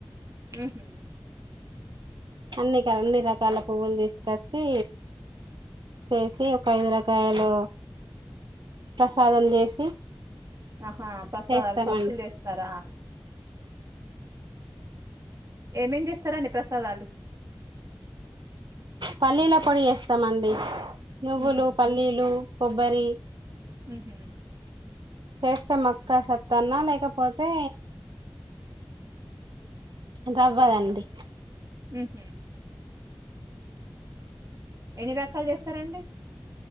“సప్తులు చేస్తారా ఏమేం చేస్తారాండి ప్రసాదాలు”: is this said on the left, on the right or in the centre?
Right